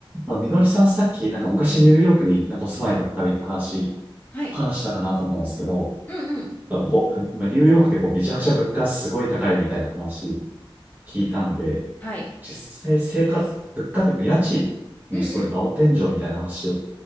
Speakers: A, on the right; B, on the left.
A: まあ、みのりさんさっき、なんか昔ニューヨークになんかお住まいだったみたいな話、
B: はい。
A: 話したかなと思うんですけど、
B: うんうん。
A: なんかこう、今ニューヨークってこうめちゃくちゃ物価すごい高いみたいな話聞いたんで、
B: はい。
A: 実際生活、物価っていうか家賃もすごいなんか青天井みたいな話を
B: うんうん。